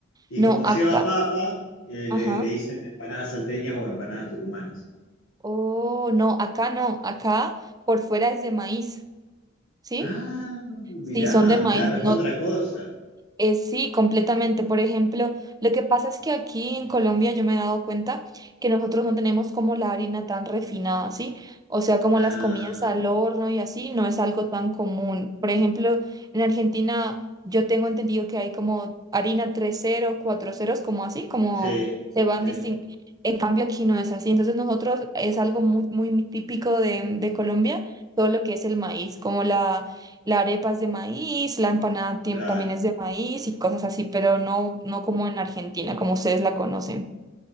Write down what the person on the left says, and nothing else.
Y
como
lleva papa, eh,
le, le dicen empanadas salteñas o empanadas tucumanas.
Ah,
mirá,
claro,
es otra cosa.
Ah,
sí,
sí,
claro.